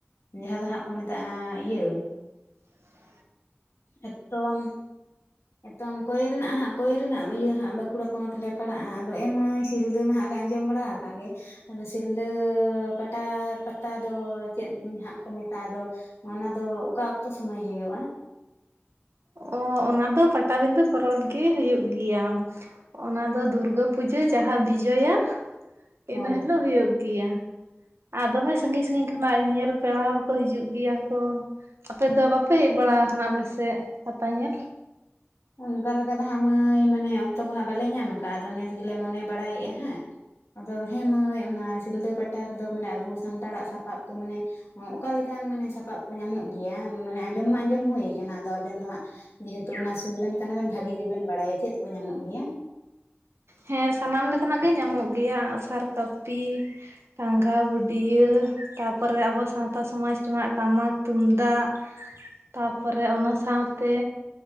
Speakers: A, on the left; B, on the right.
A: ᱡᱟᱦᱟᱸ ᱫᱚ ᱦᱟᱸᱜ ᱠᱚ ᱢᱮᱛᱟᱜ-ᱟ ᱤᱭᱟᱹ
B: <inaudible>
A: ᱮᱛᱚᱢ ᱮᱛᱚᱢ ᱠᱚᱭᱮ ᱨᱮᱱᱟᱜ ᱦᱟᱸᱜ ᱠᱚᱭᱮ ᱨᱮᱱᱟᱜ ᱤᱭᱟᱹ ᱦᱟᱸᱜ ᱵᱟᱸᱠᱩᱲᱟ ᱯᱚᱱᱚᱛ ᱞᱮ ᱯᱟᱲᱟᱜ-ᱟ ᱾ ᱮ ᱢᱟᱹᱭ ᱥᱤᱞᱫᱟᱹ ᱢᱟ ᱦᱟᱜ ᱞᱮ ᱟᱸᱡᱚᱢ ᱵᱟᱲᱟ ᱟᱠᱟᱫ ᱜᱮ ᱾ ᱟᱫᱚ ᱥᱤᱞᱫᱟᱹ ᱯᱟᱴᱟ ᱯᱟᱛᱟ ᱫᱚ ᱪᱮᱫ ᱦᱟᱸᱜ ᱠᱚ ᱢᱮᱛᱟᱜ-ᱟ ᱟᱫᱚ ᱚᱱᱟ ᱫᱚ ᱚᱠᱟ ᱚᱠᱛᱚ ᱥᱩᱢᱚᱭ ᱦᱩᱭᱩᱜ-ᱟ?
B: ᱚ ᱚᱱᱟ ᱫᱚ ᱯᱟᱴᱟᱵᱤᱱᱫᱷᱟᱹ ᱯᱚᱨᱚᱵᱽ ᱜᱮ ᱦᱩᱭᱩᱜ ᱜᱮᱭᱟ ᱾ ᱚᱱᱟ ᱫᱚ ᱫᱩᱨᱜᱟᱹ ᱯᱩᱡᱟᱹ ᱡᱟᱦᱟᱸ ᱵᱤᱡᱚᱭᱟ <inaudible>
A: ᱦᱳᱭ
B: ᱤᱱᱟ ᱦᱤᱞᱳᱜ ᱦᱩᱭᱩᱜ ᱜᱮᱭᱟ ᱾ ᱟᱨ ᱫᱚᱢᱮ ᱥᱟᱺᱜᱤᱧ ᱥᱟᱺᱜᱤᱧ ᱠᱷᱚᱱᱟᱜ ᱧᱮᱞ ᱯᱮᱲᱟ ᱦᱚᱲ ᱠᱚ ᱦᱤᱡᱩᱜ ᱜᱮᱭᱟ ᱠᱚ ᱾ ᱟᱯᱮ ᱫᱚ ᱵᱟᱯᱮ ᱦᱮᱡ ᱵᱟᱲᱟ ᱟᱠᱟᱱᱟ ᱟᱞᱮ ᱥᱮᱫ ᱯᱟᱛᱟ ᱧᱮᱞ?
A: ᱚᱱᱠᱟ ᱞᱮᱠᱟ ᱫᱚ ᱦᱟᱸᱜ ᱢᱟᱹᱭ ᱢᱟᱱᱮ ᱚᱠᱛᱚ ᱠᱚᱦᱟᱸᱜ ᱵᱟᱞᱮ ᱧᱟᱢ ᱟᱠᱟᱜ-ᱟ ᱟᱫᱚ ᱱᱮᱥ ᱜᱮᱞᱮ ᱢᱚᱱᱮ ᱵᱟᱲᱟᱭᱮᱫ-ᱟ ᱦᱟᱸᱜ ᱟᱫᱚ ᱦᱮᱸ ᱢᱟᱹᱭ ᱚᱱᱟ ᱥᱤᱞᱫᱟᱹ ᱯᱟᱴᱟ ᱨᱮᱫᱚ ᱢᱟᱱᱮ ᱟᱵᱚ ᱥᱟᱱᱛᱟᱲᱟᱜ ᱥᱟᱯᱟᱵ ᱠᱚ ᱢᱟᱱᱮ ᱚᱠᱟ ᱞᱮᱠᱟᱱ ᱢᱟᱱᱮ ᱥᱟᱯᱟᱵ ᱠᱚ ᱧᱟᱢᱚᱜ ᱜᱮᱭᱟ ᱢᱟᱱᱮ ᱟᱸᱡᱚᱢ ᱢᱟ ᱟᱸᱡᱚᱢ ᱦᱩᱭ ᱠᱟᱱᱟ ᱾ ᱟᱫᱚ ᱟᱵᱮᱱ ᱫᱚ ᱦᱟᱸᱜ ᱡᱮᱦᱮᱛᱩ ᱚᱱᱟ ᱥᱩᱨ ᱨᱮᱱ ᱠᱟᱱᱟ ᱵᱮᱱ ᱵᱷᱟᱹᱜᱤ ᱜᱮᱵᱮᱱ ᱵᱟᱲᱟᱭᱟ ᱪᱮᱫ ᱠᱚ ᱧᱟᱢᱚᱜ ᱜᱮᱭᱟ‌?
B: ᱦᱮᱸ ᱥᱟᱱᱟᱢ ᱞᱮᱠᱟᱱᱟᱜ ᱜᱮ ᱧᱟᱢᱚᱜ ᱜᱮᱭᱟ ᱟᱸᱜ ᱥᱟᱨ ᱠᱟᱹᱯᱤ ᱴᱟᱸᱜᱟ ᱵᱩᱰ ᱭᱟᱹ ᱛᱟᱨᱯᱚᱨᱮ ᱟᱵᱚ ᱥᱟᱶ ᱛᱟ ᱥᱚᱢᱟᱡᱽ ᱨᱮᱱᱟᱜ ᱴᱟᱢᱟᱠ ᱛᱩᱢᱫᱟᱜ <inaudible> ᱛᱟᱯᱚᱨᱮ ᱚᱱᱟ ᱥᱟᱶᱛᱮ